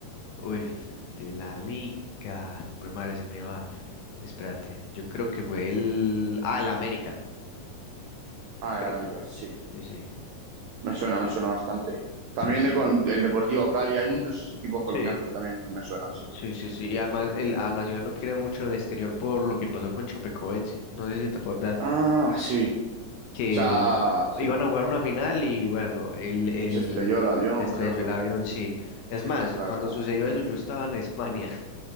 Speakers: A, on the left; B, on the right.
A: Uy, f- de la liga. Mi madre se me va. Espérate, yo creo que fue el... Ah, el América.
B: Ah,
A: Ve-
B: el América, sí.
A: Sí, sí,
B: Me suena, me suena bastante. También
A: sí, sí.
B: de con- el Deportivo Cali, hay muchos equipos colombianos
A: Sí.
B: que también me suenan, sí.
A: Sí, sí, sí. Y además el, al Nacional lo quiere mucho en el exterior por lo que pasó con Chapecoense. No sé si te acuerdas
B: Ah, sí.
A: que
B: O sea,
A: el-
B: sí.
A: iban a jugar una final y bueno, el, el,
B: Y se estrelló el avión,
A: se estrelló
B: creo, ¿no?
A: el avión, sí. Es
B: Sí,
A: más,
B: la
A: cuando
B: verdad.
A: sucedió eso yo estaba en España.